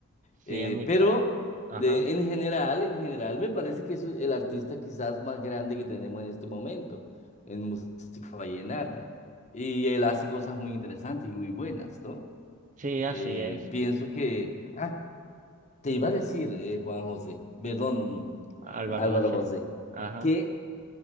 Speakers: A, on the right (about 35°); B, on the left (about 30°).
A: sí,
B: Eh,
A: en mi
B: pero
A: caso. Ajá.
B: de, en general, en general me parece que es el artista quizás más grande que tenemos en este momento en música vallenata. Y él hace
A: Sí.
B: cosas muy interesantes y muy buenas, ¿no?
A: Sí, así
B: Eh,
A: es,
B: pienso que... Ah, te iba a decir, eh, Juan José, perdón,
A: Álvaro
B: Álvaro
A: José.
B: José,
A: Ajá.
B: que